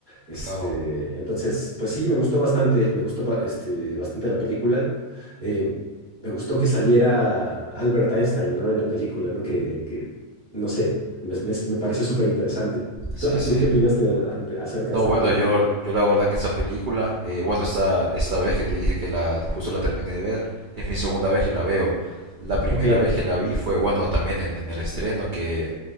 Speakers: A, on the left (about 20°); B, on the right (about 60°).
A: Este,
B: claro.
A: entonces, pues sí, me gustó bastante, me gustó ba- este, bastante la película. Eh, me gustó que saliera Albert Einstein, ¿no? En la película, ¿no? Que, que no sé, me, me me pareció súper interesante.
B: Sí,
A: ¿Tú,
B: sí.
A: tú qué opinaste de- de- acerca
B: No,
A: de esta
B: bueno,
A: peli?
B: yo, yo la verdad que esa película, eh, bueno, esta, esta vez que te dije que la, justo la terminé de ver, es mi segunda vez que la veo. La primera
A: Ok,
B: vez que la vi fue, bueno, también en, en el estreno, que,